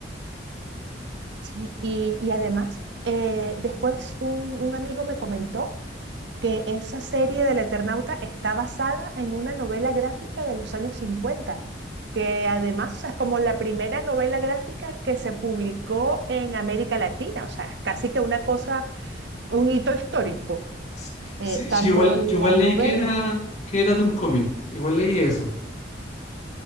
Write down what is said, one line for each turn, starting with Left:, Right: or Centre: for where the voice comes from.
Right: sí, y, y además, eh, después un un amigo me comentó que esa serie del Eternauta está basada en una novela gráfica de los años 50 que además, o sea, es como la primera novela gráfica que se publicó en América Latina, o sea, casi que una cosa, un hito histórico.
Left: S- Sí,
Right: Eh, tanto
Left: sí, igual,
Right: la
Left: yo igual
Right: novela,
Left: leí que era, que era de un cómic. Igual leí eso.